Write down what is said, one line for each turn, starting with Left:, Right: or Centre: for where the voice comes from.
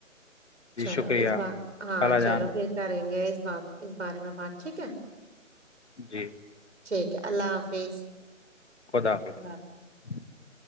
Left: جی
Right: چلو
Left: شکریہ
Right: اس بار ہاں
Left: خالا جان
Right: چلو پھر کریں گے اس بار اس بارے میں ہاں ٹھیک ہے
Left: جی
Right: ٹھیک ہے اللہ حافظ
Left: با
Right: اللہ